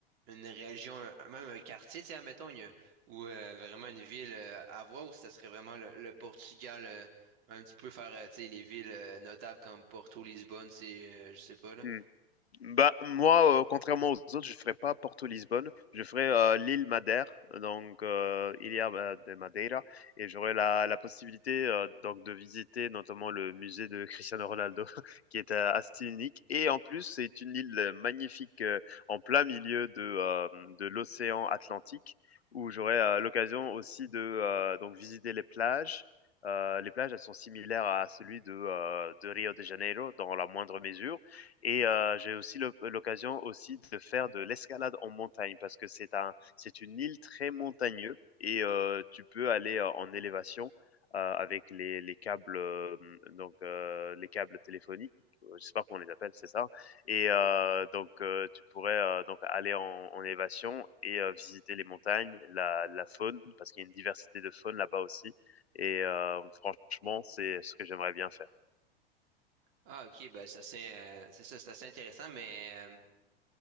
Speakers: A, on the right; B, on the left.
A: une région, un- même un quartier, tu sais, admettons, il y a- ou euh, vraiment une ville euh, à voir, ou ça serait vraiment le, le Portugal, euh, un petit peu faire, euh, tu sais, les villes euh, notables comme Porto, Lisbonne, c'est, euh, je sais pas, là.
B: Mmh Bah, moi, heu, contrairement aux autres, je ferai pas Porto-Lisbonne, je ferai heu, l'île Madère, donc heu, Ilha Ma de Madeira et j'aurai la la possibilité, heu, donc de visiter notamment le musée de Cristiano Ronaldo <laughs> qui est, heu, assez unique et en plus, c'est une île, magnifique, heu, en plein milieu de, hem, de l'océan Atlantique où j'aurai heu, l'occasion aussi de, heu, donc visiter les plages. Heu, les plages, elles sont similaires à celui de, heu, de Rio de Janeiro dans la moindre mesure et euh, j'ai aussi l'oc- l'occasion aussi de faire de l'escalade en montagne parce que c'est un, c'est une île très montagneuse et euh, tu peux aller euh, en élévation euh, avec les, les câbles euh, donc euh, les câbles téléphoniques, euh, je sais pas comment on les appelle, c'est ça. Et euh, donc euh, tu pourrais euh, donc aller en, en élévation et euh, visiter les montagnes, la, la faune parce qu'il y a une diversité de faune là-bas aussi. Et euh, franchement, c'est ce que j'aimerais bien faire.
A: Ah, ok, ben ça c'est euh, c'est ça, c'est assez intéressant, mais euh,